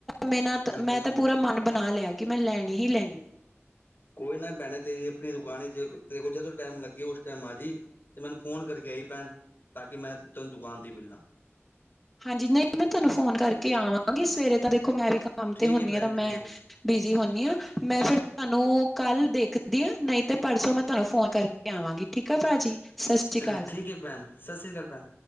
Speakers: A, in the centre; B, on the left.
A: ਮੇ ਨਾਲ,
B: ਹਾਂਜੀ
A: ਮੈਂ
B: ਹਾਂਜੀ
A: ਤਾਂ ਪੂਰਾ ਮਨ ਬਣਾ ਲਿਆ ਕਿ ਮੈਂ ਲੈਣੀ ਹੀ ਲੈਣੀ
B: ਕੋਈ ਨਾ ਭੈਣੇ ਤੇਰੀ ਆਪਣੀ ਦੁਕਾਨ ਚ ਤੇਰੇ ਕੋਲ ਜਦੋਂ ਟਾਈਮ ਲੱਗੇ ਉਸ ਟਾਈਮ ਆ ਜਾਈ ਤੇ ਮੈਨੂੰ ਫੋਨ ਕਰਕੇ ਆਈ ਭੈਣ ਤਾਂ ਕਿ ਮੈਂ ਤੁਹਾਨੂੰ ਦੁਕਾਨ ਤੇ ਹੀ ਮਿਲਣਾ
A: ਹਾਂਜੀ, ਨਹੀਂ ਮੈਂ ਤੁਹਾਨੂੰ ਫੋਨ ਕਰਕੇ ਆਵਾਂਗੀ, ਸਵੇਰੇ ਤਾਂ ਦੇਖੋ ਮੈਂ ਵੀ ਕੰਮ
B: ਠੀਕ
A: ਤੇ ਹੁੰਦੀ
B: ਹੈ ਭੈਣ
A: ਹਾਂ ਤਾਂ ਮੈਂ
B: ਠੀਕ ਹੈ
A: ਬਿਜੀ ਹੁੰਦੀ ਹਾਂ, ਮੈਂ ਫਿਰ ਤੁਹਾਨੂੰ ਕੱਲ ਦੇਖਦੀ ਆ, ਨਹੀਂ ਤੇ ਪਰਸੋ ਮੈਂ ਤੁਹਾਨੂੰ ਫੋਨ ਕਰਕੇ ਆਵਾਂਗੀ ਠੀਕ ਭਾਜੀ ਸਤਿ ਸ੍ਰੀ ਅਕਾਲ
B: ਚਲੋ
A: ਜੀ।
B: ਠੀਕ ਹੈ ਭੈਣ, ਸਤਿ ਸ੍ਰੀ ਅਕਾਲ ਭੈਣ